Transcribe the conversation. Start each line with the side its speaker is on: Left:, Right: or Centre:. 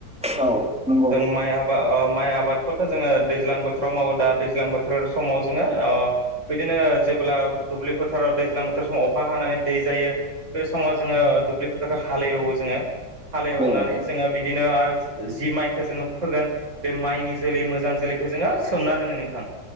Centre: औ नंगौ
Right: जों माइ आबा ओ माइ आबादखौथ' जोङो दैज्लां बोथोराव मावो दा दैज्लां बोथोर समाव जोङो अ बिदिनो जेबोब्ला दुब्लि फोथाराव दैज्लां बोथोर समाव अखा हानानै दै जायो बे समाव जोङो दुब्लि फोथारखौ हालेवो जोङो। हालेवनानै
Centre: औ
Right: जोङो बिदिनो आरो जि माइखौ जोङो फोगोन बे माइनि जोलै मोजां जोलैखौ जोङो सोमना दोनो नोंथां